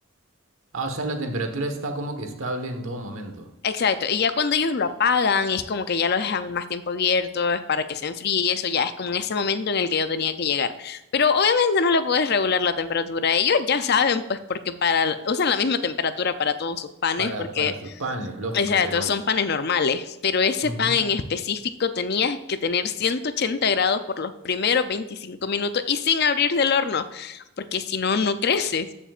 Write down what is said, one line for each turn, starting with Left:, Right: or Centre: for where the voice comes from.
Right: Ah, o sea, la temperatura está como que estable en todo momento.
Left: Exacto, y ya cuando ellos lo apagan, es como que ya lo dejan más tiempo abierto, es para que se enfríe y eso ya es como en ese momento en el que yo tenía que llegar. Pero obviamente no le puedes regular la temperatura, ellos ya saben pues porque para, usan la misma temperatura para todos sus panes,
Right: para,
Left: porque
Right: para sus panes, lógico,
Left: Exacto,
Right: pero
Left: son panes normales, pero ese
Right: ujú,
Left: pan en específico tenías que tener 180 grados por los primeros 25 minutos y sin abrir del horno, porque si no, no crece.